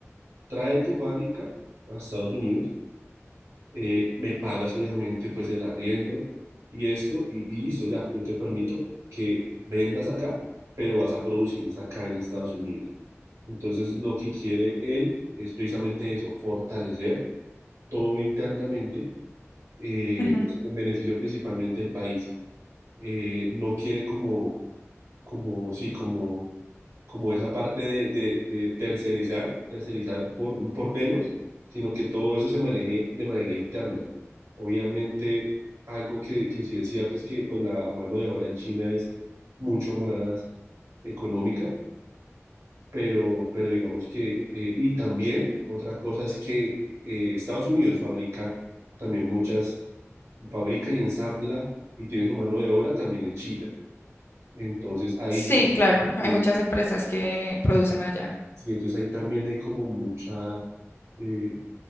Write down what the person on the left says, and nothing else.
Ujú.
Sí,
claro,
hay
muchas empresas que producen allá.